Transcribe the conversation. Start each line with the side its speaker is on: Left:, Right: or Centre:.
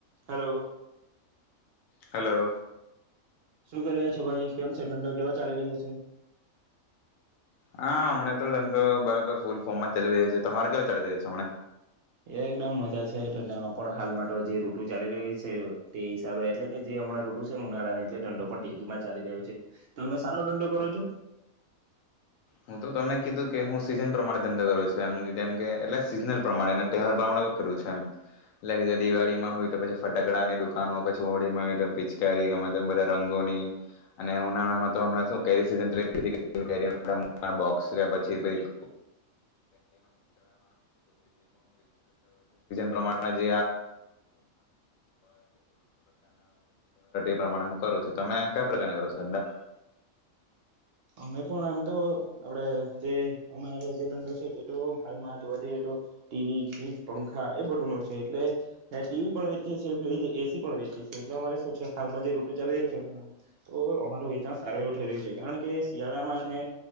Right: Hello.
Left: Hello.
Right: શું કર્યા છો ભાઈ કેમ છે ઢંડો કેવા ચાલી રહ્યો છે.
Left: હા હમણાં તો ધંધો બરાબર ફૂલ ફોર્મમાં ચાલી રહ્યો છે તમારે કેવા ચાલી રહ્યો છે હમને.
Right: એ એકદમ મજા છે દંડામાં પણ હાલમાં તો જે રૂટુ ચાલી રહી છે તે હિસાબે એટલે કે જે હમણાં રૂટુ છે ઉનાળા ને એટલે દંડો પણ તેરીમાં ચાલી રહ્યો છે તો તમે સાનો ધંધો કરો છો.
Left: હું તો તમને કીધું કે હું સીઝન પ્રમાણે ધંધો કરું છું એમ જેમ કે એટલે સીઝનલ પ્રમાણે તહેવાર પ્રમા કરું છે એમ એટલે કે જે દિવાળીમાં હોય તો પછી ફટાકડાની દુકાનો પછી હોળીમાં હોય પિચકારી ગમે બધા રંગોની અને ઉનાળામાં તોમ શ સ સ પછી આવેથી છ સ પ્રમા જે છેમા હું કરું છું તમે કયા પ્રકાર કરો છો ધંધા.
Right: અમે પણ આમ તો આપડે જે અમારે જે ધંધો છે તે તો હાલમાં જોવા જઈએ તો ટીવી ફ્રીજ પંખા એ બધું ન છે એટલે ટીવી પણ વેચીએ છીએ ફ્રીજ એસી પણ વેચીએ છીએ એટલે અમારે શું છે હાલમાં જે રઋટુ ચાલી જાય છે તો અમાર વેચાણ સારો એવું થઈ રહ્યું છે કારણ કે શિયાળામાં ને